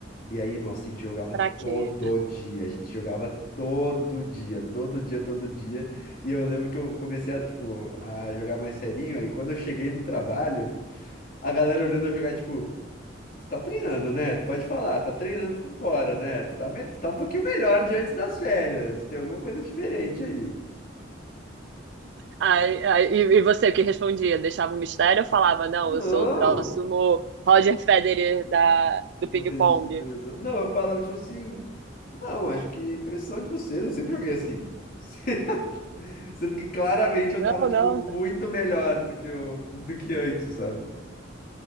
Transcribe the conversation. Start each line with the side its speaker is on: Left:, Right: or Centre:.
Left: E aí, nossa, a gente jogava
Right: Pra quê?
Left: todo dia. A gente jogava todo dia, todo dia, todo dia. E eu lembro que eu comecei a, tipo, a jogar mais serinho. Aí quando eu cheguei no trabalho, a galera olhando eu jogar, tipo, tu tá treinando, né? Tu pode falar, tá treinando por fora, né? Tu tá, me- tu tá um pouquinho melhor de antes das férias. Tem alguma coisa diferente aí.
Right: Ah, e, e você, o que respondia? Deixava um mistério ou falava, não,
Left: Não!
Right: eu sou o próximo Roger Federer da, do
Left: Do
Right: ping-pong?
Left: tênis de mesa. Não, eu falava tipo assim. Não, acho que é impressão de vocês. Eu sempre joguei assim. <laughs> Sendo que claramente eu
Right: Não,
Left: tava, tipo,
Right: não,
Left: muito melhor do que, eu, do que antes, sabe?